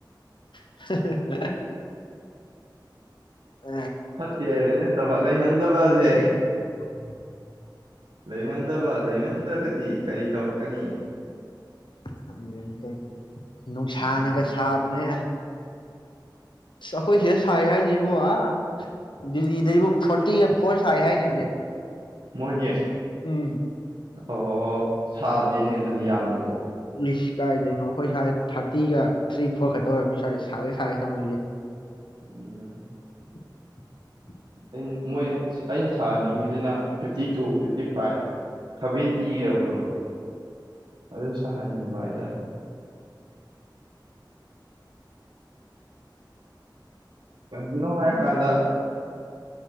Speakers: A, on the left; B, on the right.
A: <unintelligible> ꯑ
B: ꯐꯠꯇꯦ ꯍꯥꯏꯕꯗꯤ ꯅꯠꯇꯕ ꯂꯩꯃꯟꯗꯕꯁꯦ
A: <inaudible>
B: ꯂꯩꯃꯟꯗꯕ ꯂꯩꯃꯟꯗ꯭ꯔꯒꯗꯤ ꯀꯔꯤ ꯇꯧꯔꯛꯀꯅꯤ
A: ꯈꯪꯗꯦꯅꯦ ꯇꯧꯔꯤꯁꯦ ꯅꯨꯡꯁꯥꯅꯒ
B: ꯎꯝ
A: ꯁꯥꯕꯅꯦ ꯑꯩꯈꯣꯏ ꯁꯤꯗ ꯁꯥꯏ ꯍꯥꯏꯁꯤ ꯑ ꯗꯦꯜꯂꯤꯗ ꯕꯨ ꯐꯣꯔꯇꯤꯒ ꯐꯣꯔ ꯁꯥꯏ ꯍꯥꯏꯅꯦ ꯍꯧꯖꯤꯛ
B: ꯃꯣꯏꯒꯤ
A: ꯎꯝ
B: ꯑꯣ ꯁꯥꯗꯦꯅꯦ ꯑꯗꯨꯗꯤ ꯌꯥꯝꯅꯕꯣ
A: ꯏꯁ ꯀꯥꯏꯗꯩꯅꯣ ꯈꯣꯏ ꯁ꯭ꯋꯥꯏ ꯊꯥꯔꯇꯤꯒ ꯊ꯭ꯔꯤ ꯐꯣꯔ ꯈꯛꯇ ꯑꯣꯏꯔꯝꯅꯤ ꯁ꯭ꯋꯥꯏꯗ ꯁꯥꯔꯦ ꯁꯥꯔꯦ ꯇꯧꯅꯩꯖꯦ
B: ꯎꯝ
A: <inaudible>
B: ꯑꯩꯅ ꯃꯣꯏ ꯑꯩꯅ ꯁꯥꯍꯟꯅꯤꯡꯉꯤꯖꯤꯅ ꯐꯤꯐꯇꯤ ꯇꯨ ꯐꯤꯐ ꯐꯤꯐꯇꯤ ꯐꯥꯏꯚ ꯁꯚꯦꯟꯇꯤꯒ ꯌꯧꯕꯗꯣ ꯑꯗꯨ ꯁꯥꯍꯟꯅꯤꯡꯕ ꯍꯥꯏꯇꯥꯔꯦ ꯀꯩꯒꯤꯅꯣ ꯍꯥꯏ ꯀꯥꯟꯗ